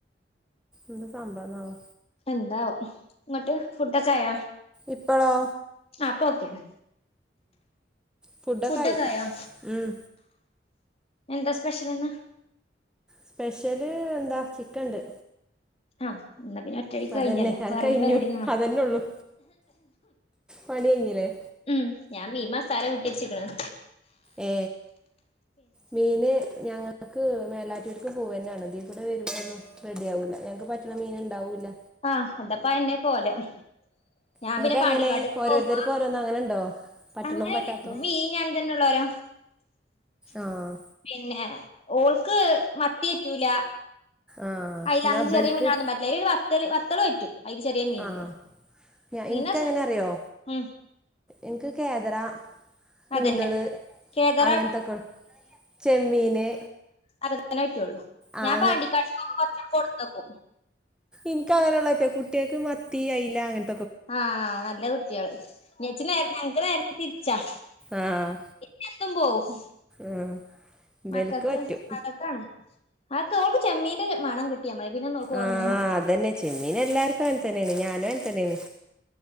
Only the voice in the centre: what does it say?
എന്ത സംബവന്നാവോ.
ഇപ്പളോ.
ഫുഡൊക്കായി
ഉം
സ്പെഷ്യല് എന്താ ചിക്കൻണ്ട്.
അതന്നെ അത്
കഴിഞ്ഞു
അതന്നെ ഉള്ളു പണി കഴിഞ്ഞില്ലേ
ഏ മീന് ഞാങ്ങ ഞക്ക് മേലാറ്റുര്ക്ക് പോവന്നെവേണം. ഇതീ കൂടെ വരുമ്പോന്നും റെഡി ആവൂല്ല. ഞങ്ങക്ക് പറ്റണ മീനണ്ടാവുല്ല
നിങ്ങൾക്ക്
എങ്ങനെ ഓരോരുത്തർക്കും
ഓരോന്ന് അങ്ങനെണ്ടോ പറ്റണും
പറ്റാത്തും
ആഹ്
ആഹ്
എന്നാ
ഇബൽക്ക്
ആഹ് ഞാ
ഇൻക്ക് എങ്ങനെ അറിയോ
ഇൻക്ക് കെദാറ കൂന്തള്
അങ്ങനത്തെക്ക ചെമ്മീന്
ആഹ്
ഇൻക്ക് അങ്ങനെയുള്ളറ്റ. കുട്ടികൾക്ക് മത്തി അയല അങ്ങനെ
ആഹ്
ആഹ് ഇബൽക്ക്
പറ്റും
ആഹ്
അതന്നെ ചെമ്മീൻ എല്ലാർക്കും അങ്ങനെ തന്നേണ് ഞാനും അങ്ങനെ തന്നേണ്.